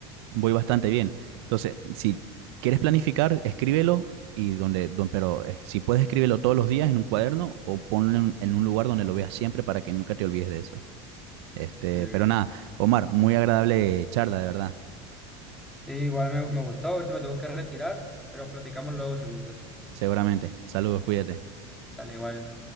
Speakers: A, on the right; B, in the centre.
A: voy bastante bien. Entonces, si quieres planificar, escríbelo y donde, don, pero eh, si puedes escríbelo todos los días en un cuaderno o ponlo en en un lugar donde lo veas siempre para que nunca te olvides de eso. Este,
B: Ujú.
A: pero nada, Omar, muy agradable charla, de verdad.
B: Sí, igual me, me gustó, ahorita me tengo que retirar, pero platicamos luego si gustas.
A: Seguramente. Saludos, cuídate.
B: Sale igual.